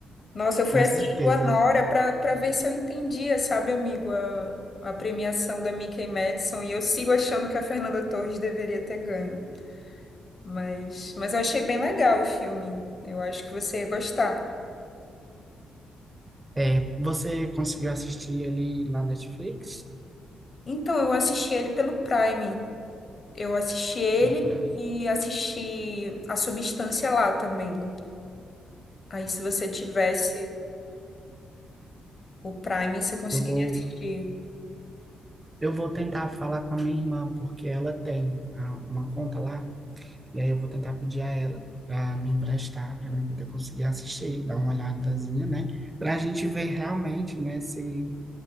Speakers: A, on the left; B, on the right.
A: Nossa, eu fui
B: Com
A: assistir
B: certeza.
A: o Anora para para ver se eu entendia, sabe, amigo, a, a premiação da Mickey Madison, e eu sigo achando que a Fernanda Torres deveria ter ganho. Mas, mas eu achei bem legal o filme. Eu acho que você ia gostar.
B: É, você conseguiu assistir ele na Netflix?
A: Então, eu assisti ele pelo Prime. Eu assisti ele
B: Ou pra...
A: e assisti A Substância lá também. Aí, se você tivesse O Prime você conseguiria
B: Eu vou,
A: assistir.
B: eu vou tentar falar com a minha irmã, porque ela tem ah, uma conta lá, e aí eu vou tentar pedir a ela para me emprestar, para mim poder conseguir assistir, dar uma olhadazinha, né? Para a gente ver realmente, né, se